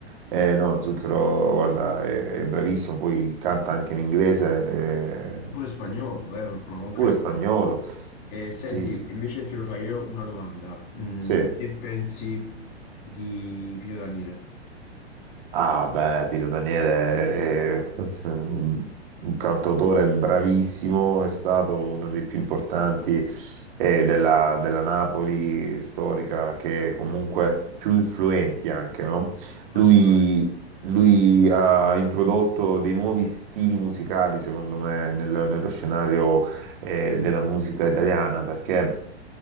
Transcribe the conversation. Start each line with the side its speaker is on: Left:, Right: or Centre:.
Right: Eh, no, Zucchero, guarda, è, è bravissimo, poi canta anche in inglese,
Left: Pure
Right: eh,
Left: spagnolo, eh, ma comunque
Right: pure
Left: è
Right: spagnolo.
Left: forte. E senti,
Right: Sì, sì,
Left: invece ti lo fai io una domanda. Mm,
Right: sì.
Left: che pensi di Pino Daniele?
Right: Ah, beh, Pino Daniele è <laughs> un cantautore bravissimo, è stato uno dei più importanti eh, della, della Napoli storica, che comunque più influenti anche, no?
Left: Assolutamente,
Right: Lui, lui ha introdotto dei nuovi stili musicali, secondo me, nel- nello scenario eh, della musica italiana, perché